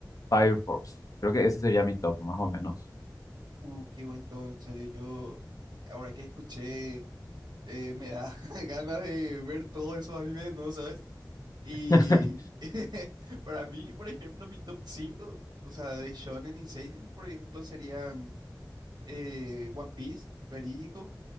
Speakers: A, on the left; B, on the right.
A: Fire Force Creo que ese sería mi top, más o menos.
B: Uh, qué buen todo, en serio. Yo, ahora que escuché. eh, me da <laughs> ganas de ver todos esos animes, ¿no? ¿Sabes? Y
A: <laughs>
B: <laughs> para mí, por ejemplo, mi top cinco o sea, de shonen y seinen, por ejemplo, serían eh, One Piece, Verídico.